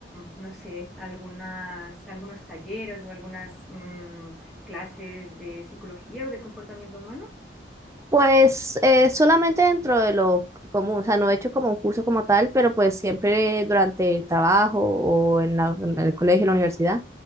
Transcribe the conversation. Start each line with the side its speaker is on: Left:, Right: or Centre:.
Centre: no sé, algunas, algunos talleres o algunas mm, clases de psicología o de comportamiento humano?
Right: Pues eh, solamente dentro de lo común, o sea, no he hecho como un curso como tal, pero pues siempre durante el trabajo o en, la- en el colegio, en la universidad,